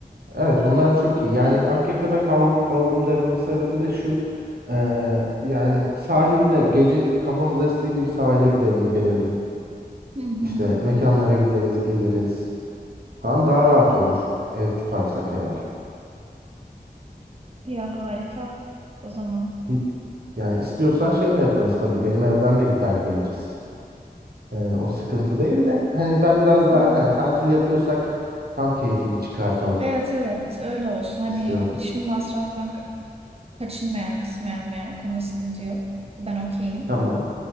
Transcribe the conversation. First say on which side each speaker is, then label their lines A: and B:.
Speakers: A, on the right (about 75°); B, on the right (about 40°).
A: evet bunlar çok iyi. Yani Akyaka'da kal kalalım dememin sebebi de şu. ee, yani sahilde gece kafamız estiği gibi sahile gidelim gelelim.
B: Hı hı.
A: İşte mekanlara gideriz geliriz. Falan daha rahat olur ev tutarsak eğer.
B: Ya harika. O zaman.
A: Hi- Yani istiyorsan şey de yaparız tabii. Benim evden de gider geliriz. Ee, o sıkıntı değil de hani ben biraz daha
B: Hı hı.
A: hani tatil yapıyorsak tam keyfini çıkartalım
B: Evet evet öyle olsun. Hani
A: istiyorum.
B: hiçbir masraftan ka- kaçınmayan kısmayalım yani o konuda sıkıntı yok. Ben okeyim.
A: Tamam.